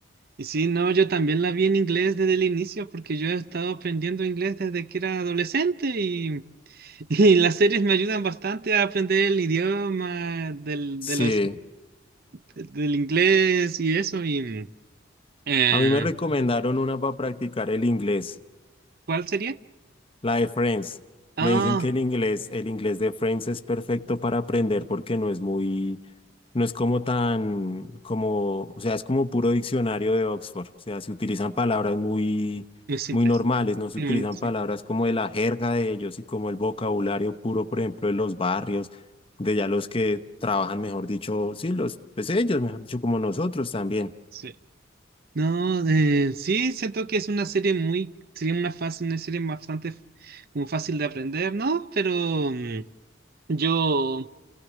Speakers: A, on the right; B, on the left.
A: Y sí, no, yo también la vi en inglés desde el inicio porque yo he estado aprendiendo inglés desde que era adolescente y, <laughs> y las series me ayudan bastante a aprender el idioma del,
B: Sí,
A: de los, del inglés y eso. Y, eh,
B: a mí me recomendaron una para practicar el inglés.
A: ¿cuál sería?
B: La de Friends.
A: Ah,
B: Me dicen que el inglés, el inglés de Friends es perfecto para aprender porque no es muy, no es como tan, como, o sea, es como puro diccionario de Oxford. O sea, se utilizan palabras muy,
A: muy simples.
B: muy normales, no se
A: Sí,
B: utilizan
A: bueno, sí,
B: palabras como de la jerga de ellos y como el vocabulario puro, por ejemplo, de los barrios, de ya los que trabajan, mejor dicho, sí, los, pues ellos, mejor dicho, como nosotros también.
A: sí. No, eh, sí, siento que es una serie muy, sería una fácil, una serie bastante como fácil de aprender, ¿no? Pero mm, yo...